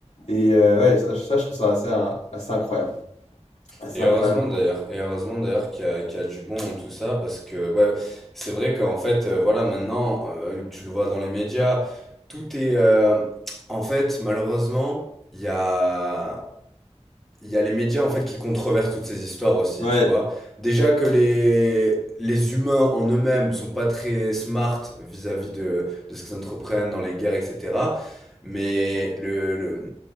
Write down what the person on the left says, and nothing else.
Et euh, ouais, ça, ça, je trouve ça assez, hein, assez incroyable. Assez
incroyable.
Ouais,